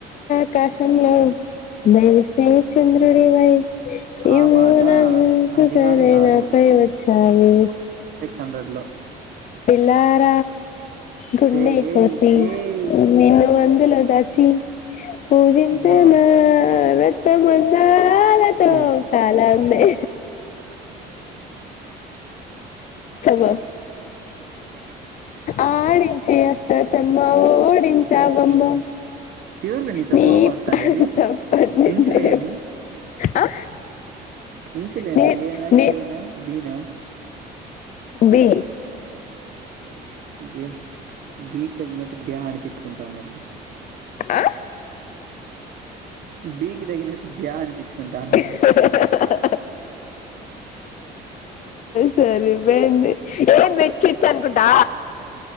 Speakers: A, on the left (about 50°); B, on the right (about 60°).
A: ఆకాశంలో మెరిసే చంద్రుడివే ఇవనా
B: ఆ పాట
A: నాకుజానా
B: అది కానీ కాదు
A: నాపై వచ్చవే
B: హండ్రెడ్ లో
A: పిల్లార గుండె
B: ఏయ్ ఏయ్
A: కోసి
B: ఏయ్
A: నిను అందులో దాచి పూజిచన
B: దో
A: నా రాత్త మందర లతో
B: ఏ
A: కాళనే చేమ
B: థు.
A: ఆడించి అష్ట చెమ్మా ఓడించావమ్మ
B: ఎవరు నీతో
A: ని
B: కూడా పాడుతాండేది
A: పంట పండిదే
B: ఇంచులేమి
A: ఆ
B: ఇంసలే
A: నే
B: మీ ఏనా
A: నే
B: కేనా బీనా
A: బి
B: బి బీక్ తగినట్టు బేయ్ అనిపించుకుంటాన్నారు
A: ఆ
B: బికిి తగినట్టు బ్యా అనిపించుకుంటా అన్నారు
A: హ హ హ సరిపోయింది ఏం వెచ్చ ఇచ్చ అనుకుంటా